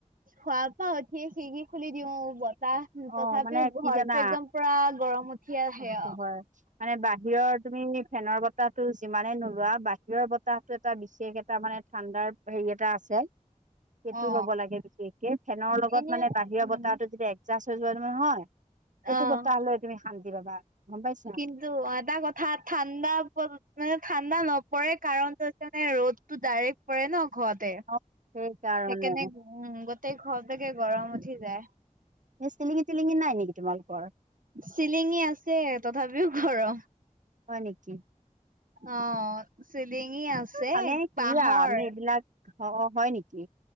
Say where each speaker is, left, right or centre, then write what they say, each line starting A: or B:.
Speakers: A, on the right; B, on the right.
A: শোৱাৰ পৰা উঠিয়ে খিৰিকী খুলি দিওঁ <unintelligible> তাহ,
B: অ
A: তথাপিও
B: মানে কি
A: ঘৰতো
B: জানা
A: একদম পুৰা গৰম উঠি আহে
B: সেইটো
A: আৰু
B: হয় মানে বাহিৰৰ, তুমি ফেনৰ বতাহটো যিমানে নোলোৱা, বাহিৰৰ বতাহটো এটা বিশেষ এটা মানে ঠাণ্ডাৰ হেৰি এটা আছে সেইটো
A: অ
B: ল'ব লাগে বিশেষকে, ফেনৰ লগত
A: এনে
B: মানে বাহিৰা
A: উম
B: বতাহটো যদি এক <unintelligible> হৈ যায় নহয়, সেইটো
A: অ',
B: বতাহ লৈ তুমি শান্তি পাবা। গম পাইছা?
A: কিন্তু এটা কথা ঠাণ্ডা মানে ঠাণ্ডা নপৰে কাৰণটো হৈছে মানে ৰ'দ টো ডাইৰেক্ট পৰে ন ঘৰতে!
B: অ সেইকাৰণে
A: সেইকাৰনে উম, গোটেই ঘৰটো একে গৰম উঠি যায়।
B: এই চিলিঙি তিলিঙি নাই নেকি তোমালোকৰ?
A: চিলিঙি আছে, তথাপিও গৰম।
B: হয় নেকি?
A: অ', চিলিঙি আছে,
B: মানে কি
A: বাঁহৰ।
B: আৰু আমি এইবিলাক অ' হয় নেকি?